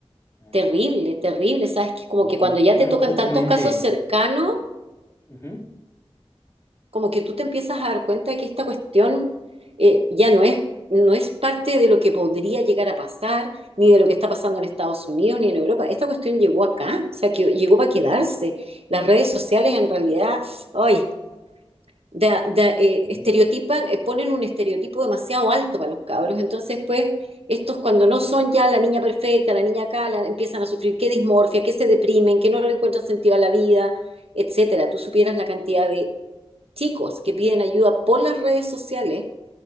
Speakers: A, on the left (about 25°); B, on the right (about 65°).
A: Claro.
B: Terrible, terrible, ¿sabes? Que como
A: Sí,
B: que
A: sí.
B: cuando ya
A: Bueno,
B: te tocan
A: justamente...
B: tantos casos cercanos,
A: ujú,
B: como que tú te empiezas a dar cuenta de que esta cuestión eh, ya no es, no es parte de lo que podría llegar a pasar, ni de lo que está pasando en Estados Unidos, ni en Europa. Esta cuestión llegó acá, o sea, que llegó para quedarse. Las redes sociales en realidad, ay, da- da- eh,
A: sí.
B: estereotipan, eh, ponen un estereotipo demasiado alto para los cabros. Entonces, pues, estos cuando no son ya la niña perfecta, la niña acá, la- empiezan a sufrir que dismorfia, que se deprimen, que no le encuentran sentido a la vida, etcétera. Tú supieras la cantidad de chicos que piden ayuda por las redes sociales